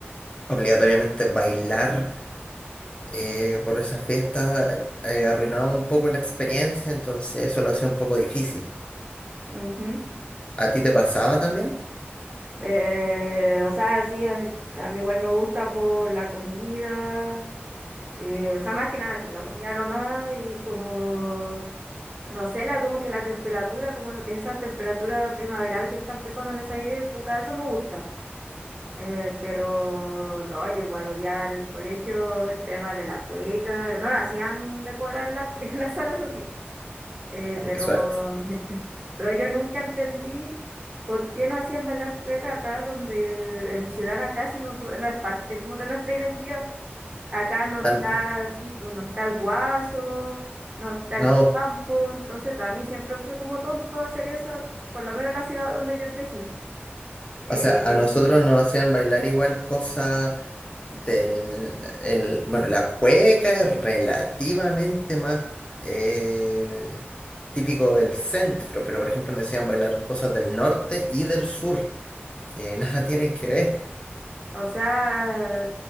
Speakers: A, on the left; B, on the right.
A: obligatoriamente bailar eh, por esa fiesta, eh, arruinaba un poco la experiencia, entonces eso lo hacía un poco difícil.
B: ujú.
A: ¿A ti te pasaba también?
B: Eh, o sea, sí, a mí, a mí igual me gusta por la comida. eh, o sea, más que nada eso, la comida nomás y como No sé, la, como que la temperatura, como esa temperatura primaveral que está empezando en esa época, eso me gusta. Eh, pero no, yo igual odiaba el colegio, el tema de la cueca, no lo hacían decorar la, <laughs> en las salas, eso sí. Eh,
A: Ah,
B: pero,
A: qué suerte.
B: <laughs> pero yo nunca entendí por qué no hacían bailar cueca acá, donde en mi ciudad natal, si no, so- no es parte como de nuestra identidad. Acá no
A: También.
B: está, sí, pues, no está el guaso, no está
A: No,
B: el campo, entonces para mí siempre fue como tonto hacer eso, por lo menos en la ciudad donde yo crecí. Eh,
A: O sea, a nosotros nos hacían bailar igual cosa del... El, bueno, la cueca es relativamente más eh, típico del centro, pero por ejemplo nos hacían bailar cosas del norte y del sur, que <laughs> nada tienen que ver,
B: o sea,